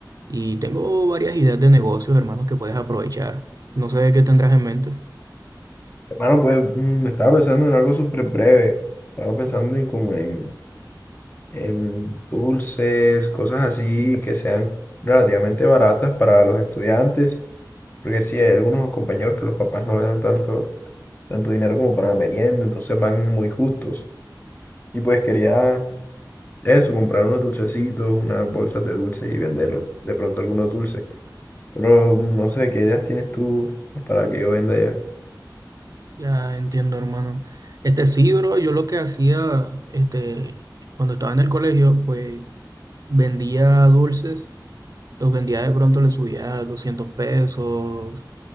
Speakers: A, on the right (about 50°); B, on the left (about 25°).
A: Y tengo varias ideas de negocios, hermanos, que puedes aprovechar. No sé qué tendrás en mente.
B: Bueno, pues mm, estaba pensando en algo súper breve. Estaba pensando en como en, en dulces, cosas así que sean relativamente baratas para los estudiantes. Porque sí, hay algunos compañeros que los papás no le dan tanto, tanto dinero como para la merienda, entonces van muy justos. Y pues quería eso, comprar unos dulcecitos, unas bolsas de dulces y vender de pronto algunos dulces. Pero mm, no sé, ¿qué ideas tienes tú pues, para que yo venda ya?
A: Ya entiendo, hermano. Este sí, bro, yo lo que hacía, este, cuando estaba en el colegio, pues vendía dulces, los vendía de pronto, le subía 200 pesos,